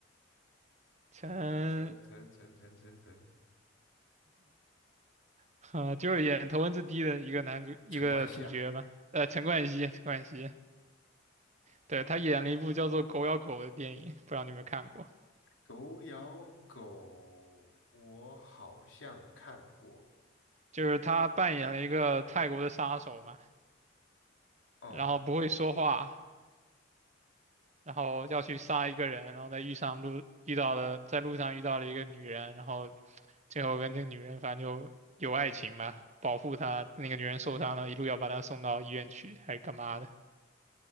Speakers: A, on the right; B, on the left.
A: 陈，
B: 陈陈陈陈陈陈陈
A: 啊、就是演头文字 D 的一个男主一个主角吧，
B: 陈冠希啊。
A: 呃，陈冠希，陈冠希。对，他演了一部叫做《狗咬狗》的电影，不知道你有没有看过？
B: 狗咬狗，我好像看过
A: 就是他扮演了一个泰国的杀手嘛，
B: 哦。
A: 然后不会说话，然后要去杀一个人，然后在遇上路遇到了，在路上遇到了一个女人，然后最后跟这个女人反正就有爱情吧，保护她，那个女人受伤了，一路要把她送到医院去，还是干嘛的？